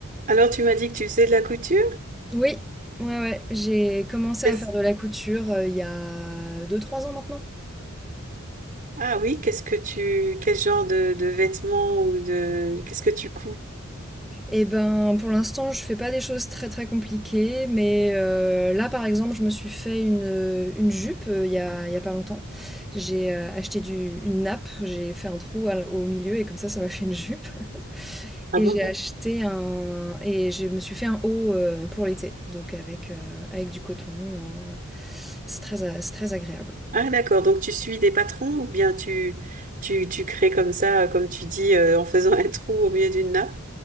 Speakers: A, on the right; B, in the centre.
A: Alors, tu m'as dit que tu faisais de la couture?
B: Oui, ouais, ouais, j'ai commencé
A: Qu'est-ce-
B: à faire de la couture, heu, il y a deux, trois ans maintenant.
A: Ah oui, qu'est-ce que tu, quel genre de, de vêtements ou de, qu'est-ce que tu couds?
B: Et ben, pour l'instant, je fais pas des choses très, très compliquées, mais heu, là, par exemple, je me suis fait une, heu, une jupe, heu, il y a il y a pas longtemps. J'ai, heu, acheté du une nappe, j'ai fait un trou à au milieu et comme ça, ça m'a fait une jupe.
A: Ah
B: Et
A: bon?
B: j'ai acheté un et je me suis fait un haut, heu, pour l'été, donc avec, heu, avec du coton, heu, c'est très a c'est très agréable.
A: Ah d'accord, donc tu suis des patrons ou bien tu, tu, tu crées comme ça, comme tu dis, euh, en faisant un trou au milieu d'une nappe,